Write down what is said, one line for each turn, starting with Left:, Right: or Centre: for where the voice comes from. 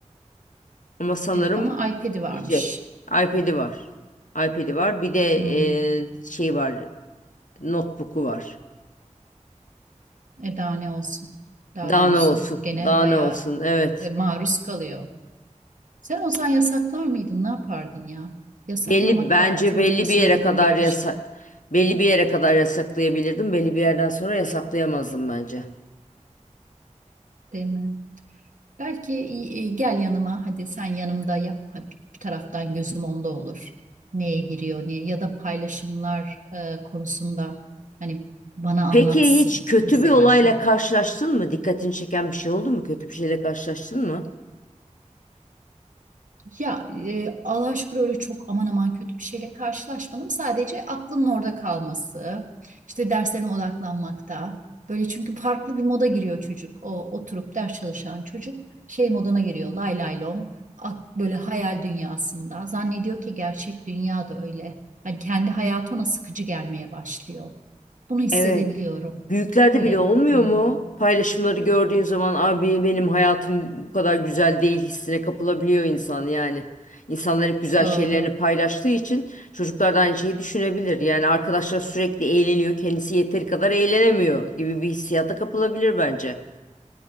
Left: Ama sanırım
Right: Evet ama iPad'i varmış.
Left: diyecek. iPad'i var. iPad'i var. Bir de
Right: Hmm.
Left: e, şey var. Notebook'u var.
Right: E daha ne olsun? Daha
Left: Daha
Right: ne olsun?
Left: ne olsun?
Right: Gene
Left: Daha
Right: bayağı
Left: ne olsun? Evet.
Right: e, maruz kalıyor. Sen olsan yasaklar mıydın? Ne yapardın ya? Yasaklamak
Left: Belli bence
Right: da az önce
Left: belli
Right: de söyledin
Left: bir yere kadar
Right: gerçi
Left: yasa belli bir yere kadar yasaklayabilirdim. Belli bir yerden sonra yasaklayamazdım bence.
Right: değil mi? Belki e, e, gel yanıma hadi sen yanımda yap Hadi bir taraftan gözüm onda olur. Neye giriyor ne ya da paylaşımlar e, konusunda hani bana anlatsın
Left: Peki hiç kötü
Right: mesela
Left: bir olayla
Right: şimdi.
Left: karşılaştın mı? Dikkatini çeken bir şey oldu mu? Kötü bir şeyle karşılaştın mı?
Right: Ya e, Allah'a şükür öyle çok aman aman kötü bir şeyle karşılaşmadım. Sadece aklının orada kalması, işte derslerine odaklanmakta. Böyle çünkü farklı bir moda giriyor çocuk. O oturup ders çalışan çocuk şey moduna giriyor. Lay lay lom. Ak- Böyle hayal dünyasında. Zannediyor ki gerçek dünya da öyle. Hani kendi hayatı ona sıkıcı gelmeye başlıyor. Bunu hissedebiliyorum.
Left: Evet. Büyüklerde
Right: Böyle
Left: bile olmuyor
Right: hmm,
Left: mu? Paylaşımları gördüğün zaman abi benim hayatım bu kadar güzel değil hissine kapılabiliyor insan yani. İnsanlar hep güzel
Right: doğru.
Left: şeylerini paylaştığı için çocuklar da aynı şeyi düşünebilir. Yani arkadaşlar sürekli eğleniyor, kendisi yeteri kadar eğlenemiyor gibi bir hissiyata kapılabilir bence.